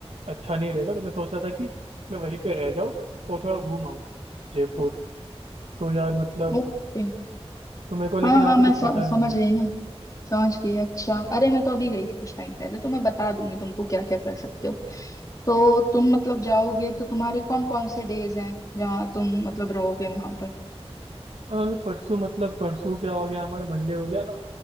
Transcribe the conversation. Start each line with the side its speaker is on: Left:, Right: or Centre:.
Right: अच्छा नहीं रहेगा तो मैं सोच रहा था कि मैं वहीं पे रह जाऊँ और थोड़ा घूम आऊँ जयपुर तो यार मतलब
Left: ओके
Right: तो मेरे को लेकिन
Left: हाँ
Right: वहाँ
Left: हाँ
Right: पे
Left: मैं
Right: कुछ
Left: स-
Right: पता नहीं
Left: समझ
Right: है
Left: गई ना समझ गई अच्छा अरे मैं तो अभी गई थी कुछ टाइम पहले तो मैं बता दूंगी तुमको क्या क्या कर सकते हो तो तुम मतलब जाओगे तो तुम्हारे कौन कौन से डेज हैं जहाँ तुम मतलब रहोगे वहां पर
Right: अ, मतलब परसों मतलब परसों क्या हो गया हमारा मंडे हो गया ना